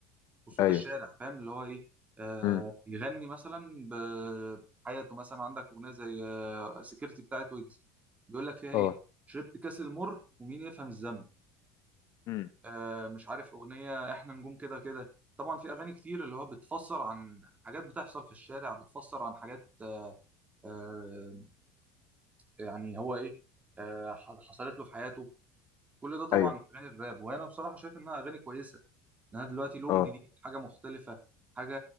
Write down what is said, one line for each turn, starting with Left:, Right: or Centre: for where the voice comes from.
Right: وصوت
Left: ايوه
Right: الشارع فاهم اللي هو ايه آه
Left: مم.
Right: يغني مثلا بحياته مثلا عندك اغنيه زي آه سكيورتي بتاعت ويجز بيقول لك فيها ايه
Left: اه
Right: شربت كاس المر ومين يفهم الذنب
Left: مم.
Right: آه مش عارف اغنيه احنا نجوم كده كده طبعا في اغاني كتير اللي هو بتفسر عن حاجات بتحصل في الشارع بتفسر عن حاجات آه، يعني هو ايه آه، ح- حصلت له في حياته كل ده طبعا
Left: ايوه
Right: من اغاني الراب وانا بصراحه شايف انها اغاني كويسه ان انا دلوقتي لون
Left: اه
Right: جديد حاجه مختلفه حاجه